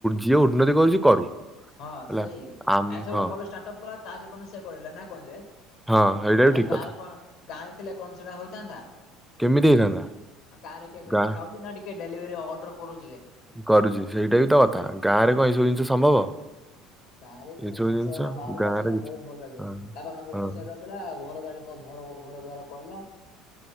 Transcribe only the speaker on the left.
ହଁ
ସେଇ,
ଆଜ୍ଞା ସେ ଗୋଟେ
ଭଲ ଷ୍ଟାର୍ଟ ଅପ୍ କଲା ତା ଜୀବନ ସେ କରିଲା ନା କଣ ଯେ?
ଆଉ
ଗାଁରେ
କଣ ଗାଁରେ ଥିଲେ କଣ ସେଇଟା ହୋଇଥାନ୍ତା?
ଆଉ ଗାଁରେ କିଏ ମିଠା
ଖାଉଛି ନା ଟିକେ ଡେଲିଭରି ଅର୍ଡର କରୁ
ଗାଁ ରେ କିଛି
ନାହିଁ
ସେ ଏଇନା ବାହାରକୁ
ଆଛି ଏଇନା
ବହୁତ ଭଲ ଅଛି
ବାପା ମାଆଙ୍କୁ
ଖୁସିଆରେ ରଖିଲା ଆଉ ଘର ଗାଡି କ ଘର କୁ ଘର ଦ୍ଵାର କଲା।